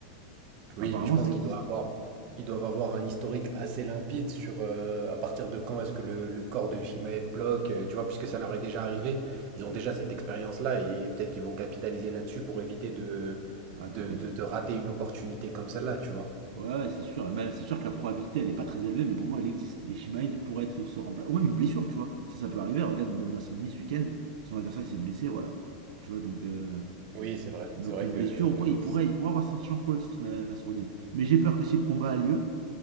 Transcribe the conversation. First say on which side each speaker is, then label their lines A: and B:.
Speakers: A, on the right; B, on the right.
A: Oui,
B: Apparemment,
A: mais je pense
B: ça
A: qu'ils
B: existe.
A: doivent avoir, ils doivent avoir un historique assez limpide sur euh, à partir de quand est-ce que le, le corps de Shimaev bloque, euh, tu vois, puisque ça leur est déjà arrivé, ils ont déjà cette expérience-là et peut-être qu'ils vont capitaliser là-dessus pour éviter de,
B: Ouais, peut-être.
A: de, de, de rater une opportunité comme celle-là, tu vois.
B: Ouais, ouais, c'est sûr. Eh ben, c'est sûr que la probabilité, elle est pas très élevée, mais pour moi, elle existe. Et Shimaev pourrait être ce remplaçant. Ou même une blessure, tu vois. Ça, ça peut arriver. Regarde Benoît Saint-Denis ce week-end, son adversaire, il s'est blessé, voilà. Tu vois, donc, euh,
A: Oui, c'est vrai.
B: donc
A: C'est vrai
B: une
A: que
B: blessure ou quoi, il pourrait, il pourrait avoir sa chance pour le titre, Na- Nasruddin. Mais j'ai peur que si le combat a lieu,